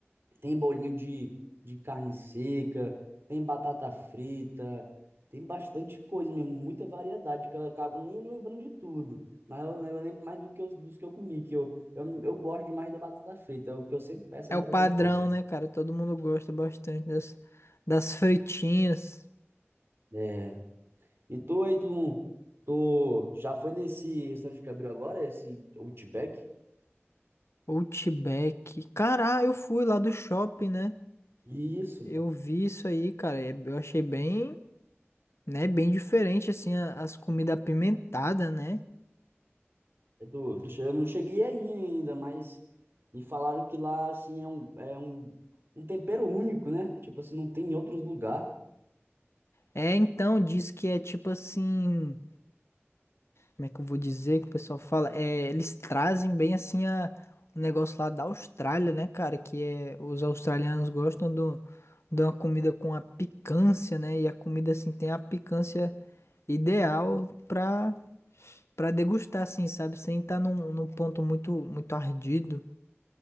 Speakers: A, on the right (about 55°); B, on the left (about 70°).
A: tem bolinho de, de carne seca, tem batata frita, tem bastante coisa mesmo, muita variedade, que eu acabo nem lembrando de tudo. Mas eu, eu lembro mais do que eu, dos que eu comi, que eu, eu, eu gosto demais da batata frita. é O que eu sempre peço
B: é
A: é batata
B: o padrão,
A: frita.
B: né, cara? Todo mundo gosta bastante das, das fritinhas.
A: É. E tu aí, tu, tu já foi nesse restaurante que abriu agora, esse Outback?
B: Outback. Caralho, eu fui lá do shopping, né?
A: Isso.
B: Eu vi isso aí, cara. e Eu achei bem né? Bem diferente, assim, a- as comidas apimentadas, né?
A: É do, do- che- eu não cheguei aí ainda, mas me falaram que lá, assim, é um, é um, um tempero único, né? Tipo assim, não tem em outros lugares.
B: É, então, diz que é tipo assim. Como é que eu vou dizer que o pessoal fala? É, eles trazem bem assim a, o negócio lá da Austrália, né, cara? Que é, os australianos gostam do, de uma comida com a picância, né? E a comida, assim, tem a picância ideal pra, pra degustar, assim, sabe? Sem estar num, num ponto muito, muito ardido.